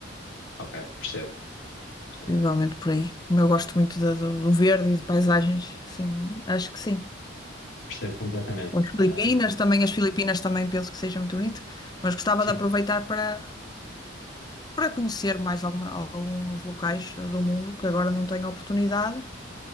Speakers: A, on the left; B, on the left.
A: Ok, percebo, percebo,
B: Provavelmente por aí. Como eu gosto muito do, do- do verde e de paisagens, assim, acho que sim.
A: percebo completamente.
B: Ou As Filipinas
A: Ahm,
B: também, as Filipinas também penso que seja muito bonito, mas gostava
A: sim.
B: de aproveitar para, para conhecer mais alguma- alguns locais eh, do mundo que agora não tenho oportunidade,